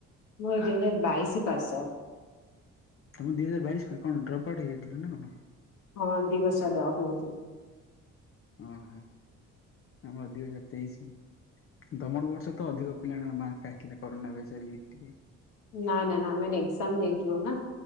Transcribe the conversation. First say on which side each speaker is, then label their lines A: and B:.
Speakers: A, on the left; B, on the left.
A: ମୋର ଦୁଇ ହଜାର ବାଇଶି ପାସ।
B: ତମର ଦୁଇ ହଜାର ବାଇଶ ପାଇଁ କଣ ଡ୍ରପ୍ଆଉଟ ହେଇଯାଇଥିଲା ନା କଣ?
A: ହଁ ଦିବସ ସା ଡଫ ଉଚୁ।
B: ଓହୋ ଆମର ଦି ହଜାର ତେଇଶି। ଦମର ବର୍ଷ ତ ଅଧିକ ପିଲାଙ୍କର ମାର୍କ ଆଇଥିଲା କରୋନା ବ ଚା ଲିଫ୍ଟରେ।
A: ନା ନା ନା ଆମେ ମାନେ ଏକ୍ଜାମ ଦେଇଥିଲୁ ନା